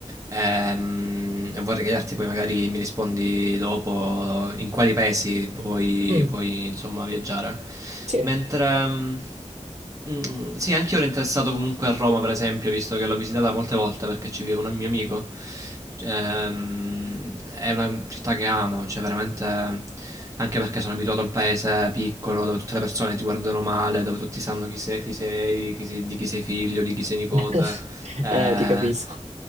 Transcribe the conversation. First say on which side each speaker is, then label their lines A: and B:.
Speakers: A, on the right; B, on the right.
A: Ehm, vorrei chiederti poi magari mi rispondi dopo in quali paesi puoi,
B: Mm,
A: puoi, insomma viaggiare.
B: sì,
A: Mentre mm, mm, sì, anche io ero interessato comunque a Roma, per esempio, visto che l'ho visitata molte volte perché ci vive un mio amico. Ehm, è una città che amo, cioè veramente anche perché sono abituato al paese piccolo dove tutte le persone ti guardano male, dove tutti sanno chi sei, chi sei, chi sei- di chi sei figlio, di chi sei nipote.
B: <laughs>
A: Eh,
B: eh, ti capisco.